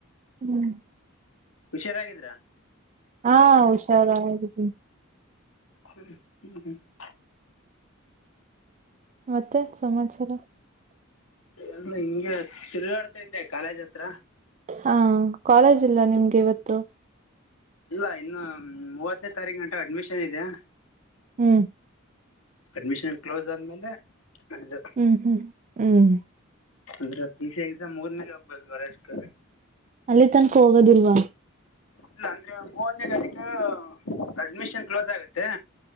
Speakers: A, on the right; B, on the left.
A: ಹ್ಮ್. <inaudible>
B: ಹುಷಾರಾಗಿದ್ರಾ. <inaudible>
A: ಹಾ ಹುಷಾರ ಹಗಿದ್ದೀನಿ. <inaudible>
B: ಹ್ಮ ಹ್ಮ್ ಹ್ಮ್. <inaudible>
A: ಮತ್ತೆ ಸಮಾಚಾರ.
B: ಎಲ್ಲ ಹಿಂಗೆ ತಿರುಗಾಡ್ತಾ ಇದ್ದೆ ಕಾಲೇಜ್ ಹತ್ರ.
A: ಹಾ ಕಾಲೇಜ್ ಇಲ್ಲ ನಿಮ್ಗೆ ಇವತ್ತು.
B: ಇಲ್ಲ ಇನ್ನ ಮೂವತ್ತನೇ ತಾರೀಗಂಟ ಅಡ್ಮಿಷನ್ ಇದೆ.
A: ಹ್ಮ್.
B: ಅಡ್ಮಿಷನ್ ಕ್ಲೋಸ್ ಆದ್ಮೇಲೆ ಅದು.
A: ಹ್ಮ್ ಹ್ಮ್ ಹ್ಮ್.
B: ಅಂದ್ರ ಪಿ ಸಿ ಎಕ್ಸಾಮ್ ಮುಗಿದ್ಮೇಲೆ ಹೋಗ್ಬೇಕ ಕಾಲೇಜಕ್.
A: ಅಲ್ಲಿ ತನಕ ಹೋಗೋದಿಲ್ವಾ.
B: ಇಲ್ಲ ಅಂದ್ರೆ ಮೂವತ್ತನೆ ತಾರೀಕ ಅಡ್ಮಿಷನ್ ಕ್ಲೋಜ ಆಗತ್ತೆ.